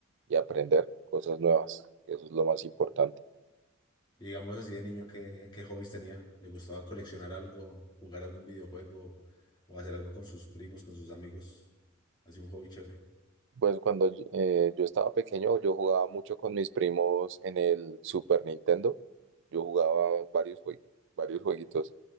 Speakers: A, on the right (about 65°); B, on the left (about 25°).
A: y aprender cosas nuevas, que eso es lo más importante.
B: Y digamos así de niño, ¿qué, qué hobbies tenía? ¿Le gustaba coleccionar algo, jugar algún videojuego o hacer algo con sus primos, con sus amigos? Así un hobby chévere.
A: Pues cuando eh, yo estaba pequeño, yo jugaba mucho con mis primos en el Super Nintendo. Yo jugaba varios, jue- varios jueguitos.